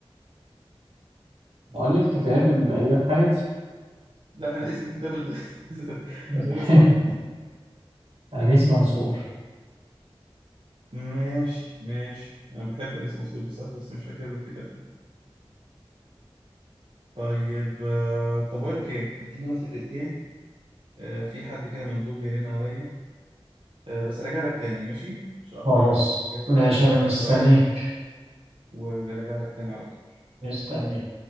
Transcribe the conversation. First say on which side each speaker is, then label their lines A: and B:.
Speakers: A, on the right (about 85°); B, on the right (about 60°).
A: مؤلف كتاب البقية في حياتي
B: لا انا اسم الكتاب اللي <laughs>
A: <laughs>
B: خلاني استغربت
A: أنيس منصور
B: ماشي ماشي انا بحب انيس مسرود بصراحه بس مش فاكر له الكتاب ده طيب آه، طب اقول لك ايه اديني بس دقيقتين آه، في حد كده مندوب بيرن عليا آه، بس راجع لك تاني ماشي مش هاخر
A: خلاص
B: عليك جهز
A: ماشي
B: لنا انت كده
A: انا مستنيك
B: كام سؤال وراجع لك تاني على طول
A: مستنيك